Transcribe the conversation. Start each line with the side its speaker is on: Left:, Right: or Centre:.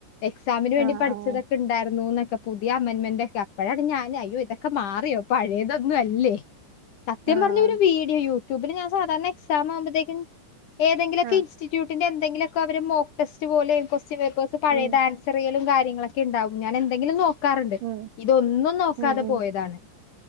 Left: എക്സാമിന് വേണ്ടി
Right: ആഹ്
Left: പഠിച്ചതൊക്കെ
Right: ആഹ്
Left: ണ്ടായിരുന്നുൊക്കെ പുതിയ അമന്മെന്റ് ഒക്കെ അപ്പോഴാണ് ഞാൻ അയ്യോ ഇതൊക്കെ മാറിയോ പഴയത ല്ലേ സത്യം
Right: ആഹ്
Left: പറഞ്ഞ ഒരു വീഡിയോ യൂട്യൂബില് ഞാൻ സാധാരണ എക്സാം ആവുമ്പോഴത്തേക്കും ഏതെങ്കിലൊക്കെ
Right: ആഹ്
Left: ഇൻസ്ിറ്റ്യൂട്ടിന്റെ എന്തെങ്കിലൊക്കെ അവര് മോക്ക്ടെസ്റ്റ് പോലെ കൊസ്റ്റൻ പേപ്പേഴസ് പഴയത
Right: ഉം
Left: ചെറിയും കാര്ങ്ങളൊക്കെണ്ടാവും ഞൻ എന്തെങ്കിലും നോക്ക നോക്കാറുണ്ട്
Right: ഉം
Left: ഇതൊന്നും നോക്കാതെ
Right: ഉം ഉം
Left: പോയതാണ്